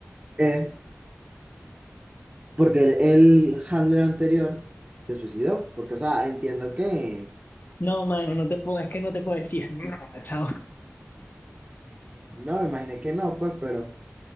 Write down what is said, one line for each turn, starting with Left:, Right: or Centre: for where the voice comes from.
Right: es porque el, el handler anterior se suicidó. Porque, o sea, entiendo que
Left: No, mano, no te puedo, es que no te puedo decir nada, chao.
Right: No, me imaginé que no, pues, pero